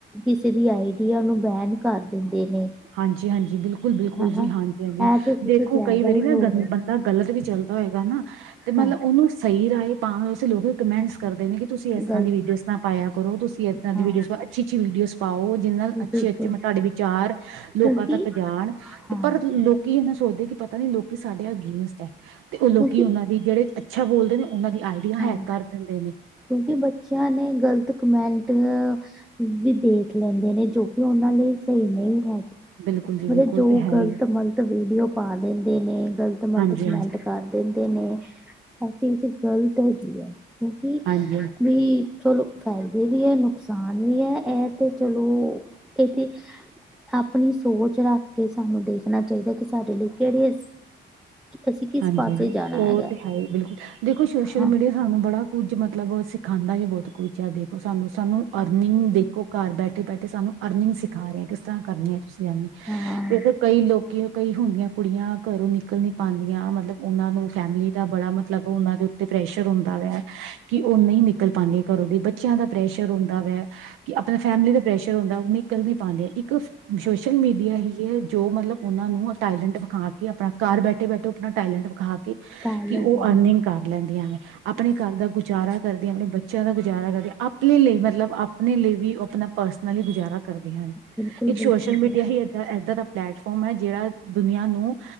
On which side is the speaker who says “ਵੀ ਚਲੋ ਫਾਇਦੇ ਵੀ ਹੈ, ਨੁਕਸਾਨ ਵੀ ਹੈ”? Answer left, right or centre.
Centre